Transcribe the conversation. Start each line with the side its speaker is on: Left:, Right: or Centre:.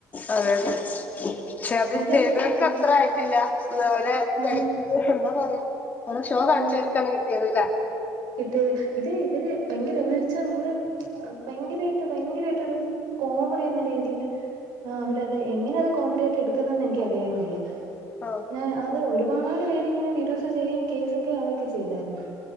Left: അതെ അതെ, പക്ഷെ അത്
Right: എനിക്ക്
Left: ചെയ്തവർക്ക്
Right: ഉം
Left: അത്ര ആയിട്ടില്ല ഇന്നുവരെ
Right: ഉം
Left: നെഗറ്റീവ്. എന്താ പറയാ അവിടെ ഷോ കാണിച്ചർക്കാണ്
Right: ഉം
Left: കിട്ടിയത് അല്ലെ.
Right: കിട്ടിയത് ഇത് ഇവരെ. ഭയങ്കര എന്നുവെച്ചാൽ നമ്മള് ആഹ് ഭയങ്കരമായിട്ട് ഭയങ്കരമായിട്ട് ഒരു കോമഡി എന്ന രീതിയില്. ആഹ് അവര് അത് എങ്ങനെ അത് കോമഡി ആയിട്ട് എടുക്കുന്നന്ന് എനിക്ക് അറിയാൻ വയ്യാ.
Left: ആ
Right: ഞാൻ അത് ഒരുപാട് പേരെ ഇങ്ങനെ വീഡിയോസ് ചെയ്യും, കേസ് ഒക്കെ ആവുമൊക്കെ ചെയ്തായിരുന്നു.